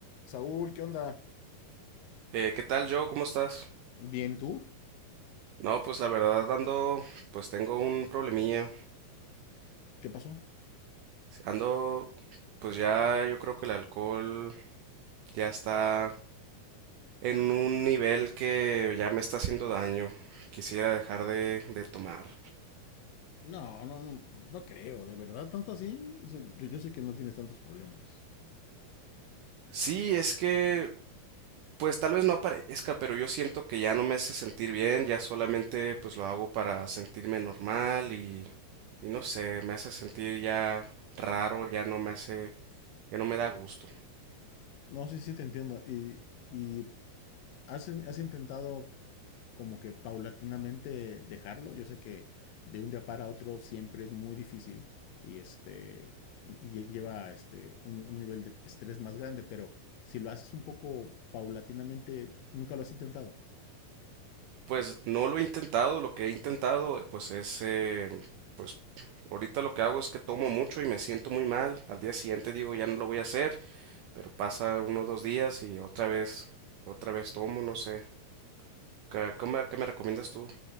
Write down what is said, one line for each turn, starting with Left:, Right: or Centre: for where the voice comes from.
Left: Saúl, ¿qué onda?
Right: Eh, ¿qué tal, Joe? ¿Cómo estás?
Left: Bien, ¿tú?
Right: No, pues la verdad ando, pues tengo un problemilla.
Left: ¿Qué pasó?
Right: Ando, pues ya yo creo que el alcohol ya está en un nivel que ya me está haciendo daño. Quisiera dejar de, de tomar.
Left: No, no, no, no creo, de verdad, tanto así. O sea, yo, yo sé que no tienes tantos problemas.
Right: Sí, es que, pues tal vez no aparezca, pero yo siento que ya no me hace sentir bien, ya solamente pues lo hago para sentirme normal y, y no sé, me hace sentir ya raro, ya no me hace, ya no me da gusto.
Left: No, sí, sí, te entiendo. ¿Y, y has, has intentado como que paulatinamente dejarlo? Yo sé que de un día para otro siempre es muy difícil y este y, y lleva este un, un nivel de estrés más grande, pero si lo haces un poco paulatinamente, nunca lo has intentado.
Right: Pues no lo he intentado, lo que he intentado eh, pues es, eh, pues ahorita lo que hago es que tomo mucho y me siento muy mal, al día siguiente digo ya no lo voy a hacer, pero pasa unos dos días y otra vez, otra vez tomo, no sé, ¿qué, qué me, qué me recomiendas tú?